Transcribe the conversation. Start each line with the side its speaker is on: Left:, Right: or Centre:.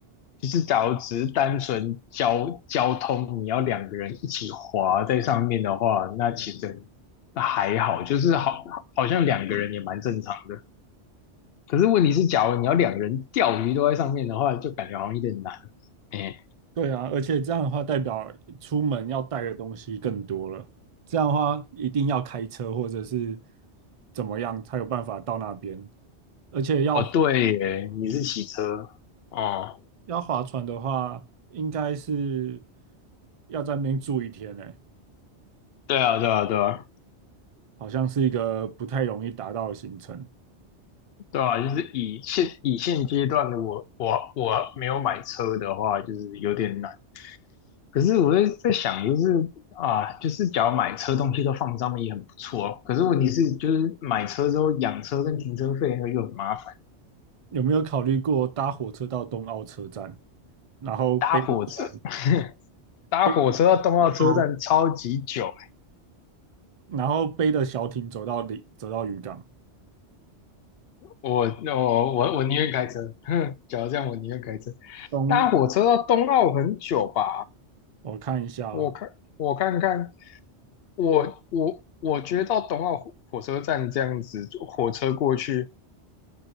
Left: 就是假如只是单纯交交通，你要两个人一起滑在上面的话，那其实那还好，就是好好像两个人也蛮正常的。可是问题是，假如你要两个人钓鱼都在上面的话，就感觉好像有点难。哎、
Right: 对啊，而且这样的话，代表出门要带的东西更多了。这样的话，一定要开车或者是怎么样才有办法到那边。而且要划
Left: 哦，对耶，你是骑车哦，
Right: 要划船的话，应该是要在那边住一天呢，
Left: 对啊，对啊，对啊。
Right: 好像是一个不太容易达到的行程。
Left: 对啊，就是以现以现阶段的我，我我没有买车的话，就是有点难。可是我在在想，就是啊，就是假如买车，东西都放上面也很不错哦。可是问题是，就是买车之后养车跟停车费那个又很麻烦，
Right: 有没有考虑过搭火车到东澳车站，然后背着船，
Left: 搭火车 <laughs>，搭火车到动到车站超级久。
Right: 背着船然后背着小艇走到里，走到渔港。
Left: 我我我我宁愿开车，<laughs> 哼，假如这样，我宁愿开车。
Right: 东，
Left: 搭火车到东澳很久吧？
Right: 我看一下哦
Left: 我看我看看，我我我觉得到东奥火火车站这样子，坐火车过去